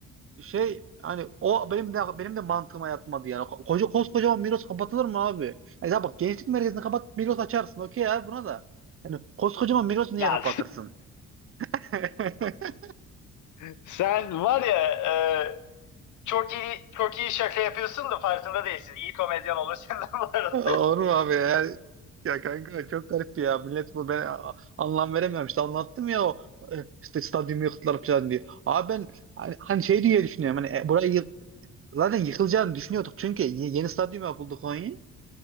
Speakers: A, on the right (about 45°); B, on the left (about 75°).
A: şey hani o benim de benim de mantığıma yatmadı yani. Ko- Koca koskocaman Miros kapatılır mı abi? Yani ya bak gençlik merkezini kapat Miros açarsın. Okey abi buna da. Yani koskocaman Miros niye
B: Ya
A: kapatırsın? <laughs>
B: <laughs> sen var ya e, çok iyi çok iyi şaka yapıyorsun da farkında değilsin. İyi komedyen olur senden bu arada.
A: Olur mu abi ya? Ya kanka çok garip ya. Millet bu ben a- anlam veremiyorum. İşte anlattım ya o e, işte stadyumu yıktılar falan diye. Abi ben hani, hani şey diye düşünüyorum. Hani e, burayı yık- zaten yıkılacağını düşünüyorduk. Çünkü ye- yeni stadyum yapıldı Konya.